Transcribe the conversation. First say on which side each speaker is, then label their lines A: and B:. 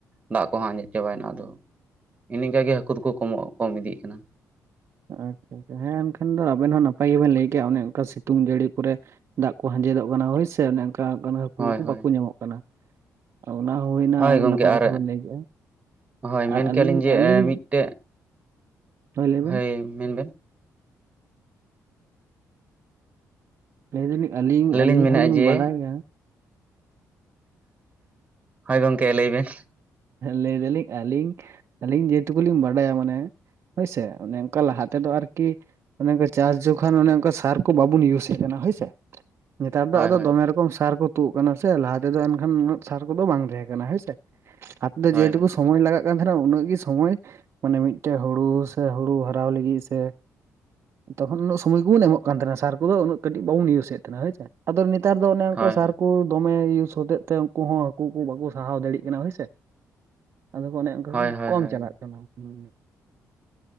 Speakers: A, on the right; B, on the right.
A: ᱫᱟᱜ ᱠᱚᱦᱚᱸ ᱟᱸᱡᱮᱫ ᱪᱟᱵᱟᱭᱮᱱᱟ ᱟᱫᱚ, ᱤᱱᱤᱱ ᱤᱱᱠᱟ ᱜᱮ ᱦᱟᱹᱠᱩ ᱫᱚᱠᱚ ᱠᱚᱢᱚᱜ ᱠᱚᱢ ᱤᱫᱤᱜ ᱠᱟᱱᱟ᱾
B: ᱟᱪᱪᱷᱟ ᱟᱪᱪᱷᱟ ᱦᱮᱸ ᱮᱱᱠᱷᱟᱱ ᱫᱚ ᱟᱵᱮᱱ ᱦᱚᱸ ᱱᱟᱯᱟᱭ ᱜᱮᱵᱮᱱ ᱞᱟᱹᱭ ᱠᱮᱜᱼᱟ ᱚᱱᱮ ᱚᱝᱠᱟ ᱥᱤᱛᱩᱝ ᱡᱟᱹᱲᱤ ᱠᱚᱨᱮ ᱫᱟᱜ ᱠᱚ ᱦᱟᱸᱡᱮᱫᱚᱜ ᱠᱟᱱᱟ ᱦᱳᱭᱥᱮ ᱚᱱᱮ ᱚᱝᱠᱟ ᱠᱟᱱᱟ ᱦᱟᱹᱠᱩ
A: ᱦᱳᱭ
B: ᱠᱚ
A: ᱦᱳᱭ
B: ᱵᱟᱠᱚ ᱧᱟᱢᱚᱜ ᱠᱟᱱᱟ᱾ ᱚᱱᱟ ᱦᱩᱭᱱᱟ
A: ᱦᱳᱭ ᱜᱚᱝᱠᱮ
B: ᱱᱟᱯᱟᱭ ᱠᱟᱛᱷᱟ
A: ᱟᱨ
B: ᱵᱮᱱ ᱞᱟᱹᱭ ᱠᱮᱜᱼᱟ
A: ᱦᱳᱭ ᱢᱮᱱ
B: ᱟᱨ ᱟᱹᱞᱤᱧ
A: ᱠᱮᱭᱟ ᱞᱤᱧ ᱡᱮ
B: ᱟᱹᱞᱤᱧ
A: ᱮᱸ ᱢᱤᱫᱴᱮᱡ
B: ᱞᱟᱹᱭ ᱵᱮᱱ
A: ᱦᱳᱭ ᱢᱮᱱᱵᱮᱱ
B: ᱞᱟᱹᱭ ᱫᱟᱞᱤᱧ ᱟᱹᱞᱤᱧ ᱟᱹᱞᱤᱧ
A: ᱞᱤᱧ ᱢᱮᱱᱮᱫᱼᱟ
B: ᱦᱚᱞᱤᱧ
A: ᱡᱮ
B: ᱵᱟᱰᱟᱭᱟ
A: ᱦᱳᱭ, ᱜᱚᱝᱠᱮ ᱞᱟᱹᱭᱵᱮᱱ
B: ᱞᱟᱹᱭ ᱫᱟᱞᱤᱧ ᱟᱹᱞᱤᱧ ᱟᱹᱞᱤᱧ ᱡᱮᱴᱩᱠᱩ ᱞᱤᱧ ᱵᱟᱰᱟᱭᱟ ᱢᱟᱱᱮ ᱦᱳᱭᱥᱮ ᱚᱱᱮ ᱚᱝᱠᱟ ᱞᱟᱦᱟ ᱛᱮᱫᱚ ᱟᱨᱠᱤ ᱚᱱᱮ ᱚᱝᱠᱟ ᱪᱟᱥ ᱡᱚᱠᱷᱚᱱ ᱚᱱᱮ ᱚᱝᱠᱟ ᱥᱟᱨ ᱠᱚ ᱵᱟᱵᱚᱱ ᱤᱭᱩᱡᱮᱜ ᱠᱟᱱᱟ ᱦᱳᱭᱥᱮ᱾ ᱱᱮᱛᱟᱨ ᱫᱚ
A: ᱦᱳᱭ
B: ᱟᱫᱚ
A: ᱦᱳᱭ
B: ᱫᱚᱢᱮ ᱨᱚᱠᱚᱢ ᱥᱟᱨ ᱠᱚ ᱛᱩᱫ ᱠᱟᱱᱟ ᱥᱮ ᱞᱟᱦᱟ ᱛᱮᱫᱚ ᱮᱱᱠᱷᱟᱱ ᱩᱱᱟᱹᱜ ᱥᱟᱨ ᱠᱚᱫᱚ ᱵᱟᱝ ᱛᱟᱦᱮᱸ ᱠᱟᱱᱟ ᱦᱳᱭ ᱥᱮ᱾
A: ᱦᱳᱭ
B: ᱡᱮ ᱴᱩᱠᱩ
A: ᱦᱳᱭ
B: ᱥᱚᱢᱚᱭ ᱞᱟᱜᱟᱜ ᱮᱱᱨᱮᱦᱚᱸ ᱩᱱᱟᱹᱜ ᱜᱮ ᱥᱚᱢᱚᱭ, ᱢᱟᱱᱮ ᱢᱤᱫᱴᱮᱡ ᱦᱩᱲᱩ ᱥᱮ ᱦᱩᱲᱩ ᱦᱟᱨᱟᱣ ᱞᱟᱹᱜᱤᱫ ᱥᱮ ᱛᱚᱠᱷᱚᱱ ᱩᱱᱟᱹᱜ ᱥᱚᱢᱚᱭ ᱜᱮᱵᱚᱱ ᱮᱢᱚᱜ ᱠᱟᱱ ᱛᱟᱦᱮᱱᱟ ᱥᱟᱨ ᱠᱚᱫᱚ ᱩᱱᱟᱹᱜ ᱠᱟᱹᱴᱤᱡ ᱵᱟᱵᱚᱱ ᱤᱭᱩᱪᱮᱫ ᱛᱟᱸᱦᱮᱱᱟ ᱦᱳᱭ ᱥᱮ᱾ ᱟᱫᱚ ᱱᱮᱛᱟᱨ ᱫᱚ ᱚᱱᱮ ᱚᱝᱠᱟ
A: ᱦᱳᱭ
B: ᱥᱟᱨ ᱠᱚ ᱫᱚᱢᱮ ᱤᱭᱩᱡᱽ ᱦᱚᱛᱮᱫ ᱛᱮ ᱩᱝᱠᱩ ᱦᱚᱸ ᱦᱟᱠᱩ ᱠᱚ ᱵᱟᱠᱚ ᱥᱟᱦᱟᱣ ᱫᱟᱲᱮᱭᱟᱜ ᱠᱟᱱᱟ ᱦᱳᱭᱥᱮ᱾ ᱟᱫᱚ ᱠᱚ ᱚᱱᱮ ᱚᱝᱠᱟ
A: ᱦᱳᱭ
B: ᱠᱚ
A: ᱦᱳᱭ ᱦᱳᱭ
B: ᱠᱚᱢ
A: ᱦᱳᱭ
B: ᱪᱟᱞᱟᱜ ᱠᱟᱱᱟ᱾ ᱦᱩᱸ,